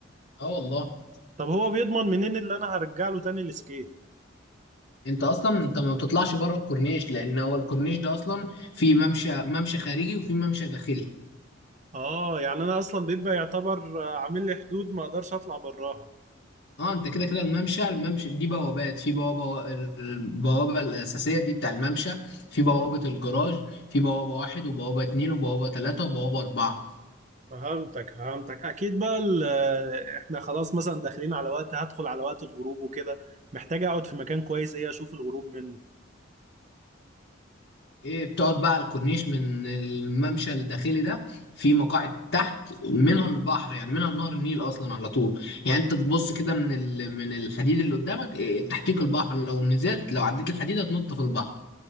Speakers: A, on the left; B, on the right.
A: اه والله
B: طب هو بيضمن منين اللي انا هرجع له تاني السكيت
A: انت اصلا انت ما بتطلعش بره الكورنيش لان هو الكورنيش ده اصلا في ممشى ممشى خارجي وفي ممشى داخلي
B: اه يعني انا اصلا بيبقى يعتبر آه، عامل لي حدود ما اقدرش اطلع براها
A: اه انت كده كده الممشى الممشى دي بوابات في بوابه البوابه الاساسيه دي بتاع الممشى في بوابه الجراج في بوابه واحد وبوابه اتنين وبوابه تلاته وبوابه اربعه
B: فهمتك فهمتك اكيد بقى ال- احنا خلاص مثلا داخلين على وقت هدخل على وقت الغروب وكده محتاج اقعد في مكان كويس ايه اشوف الغروب منه
A: ايه بتقعد بقى على الكورنيش من الممشى الداخلي ده في مقاعد تحت منها البحر يعني منها نهر النيل اصلا على طول يعني انت تبص كده من ال... من الحديد اللي قدامك ايه تحتيك البحر لو نزلت لو عديت الحديد هتنط في البحر